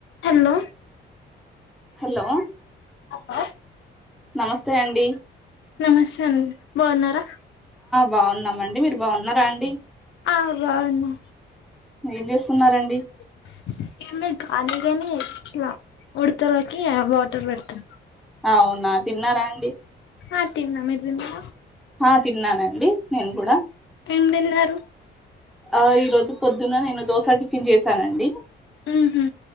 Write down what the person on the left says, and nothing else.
hello
అక్క
నమస్తే అండి బావున్నారా
ఆ బాగున్నా
<unintelligible> అ కాని ఇట్లా ఉడతలకి వాటర్ పెడతన్న
ఆ తిన్న అండి మీరు తిన్నారా
ఎం తిన్నారు
ఉహు